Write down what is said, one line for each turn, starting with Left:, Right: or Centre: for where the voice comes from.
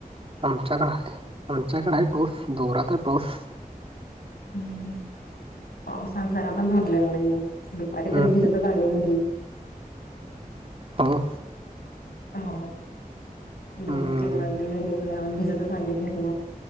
Right: आमच्याकडे आहे, आमच्याकडे आहे पाऊस जोरात आहे पाऊस.
Left: हम्म पावसात जरा पण थांबलेला नाहीये दुपारी
Right: हम्म
Left: तरी भिजतच आले घरी.
Right: हो
Left: हो
Right: हम्म
Left: दोन तीन वाजले घरी राहून भिजतच आले घरी मग